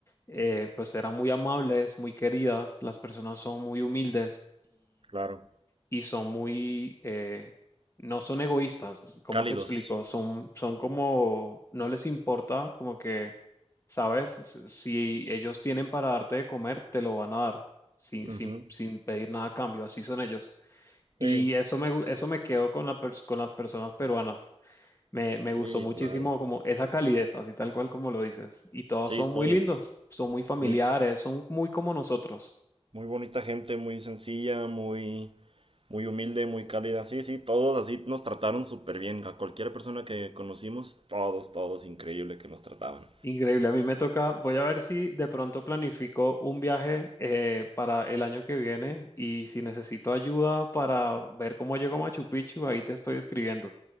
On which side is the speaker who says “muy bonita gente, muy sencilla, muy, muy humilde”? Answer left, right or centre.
Right